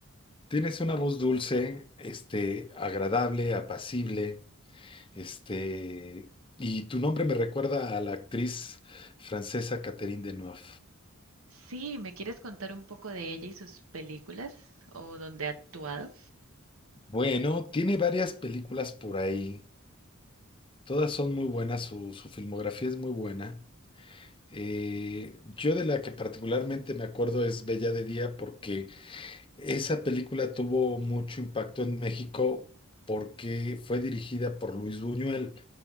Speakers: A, on the left; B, on the right.
A: tienes una voz dulce, este, agradable, apacible, este, y tu nombre me recuerda a la actriz francesa Catherine Deneuve.
B: Sí, ¿me quieres contar un poco de ella y sus películas o dónde ha actuado?
A: Bueno, tiene varias películas por ahí. Todas son muy buenas, su, su filmografía es muy buena. Eh, yo de la que particularmente me acuerdo es Bella de Día porque Esa película tuvo mucho impacto en México porque fue dirigida por Luis Buñuel,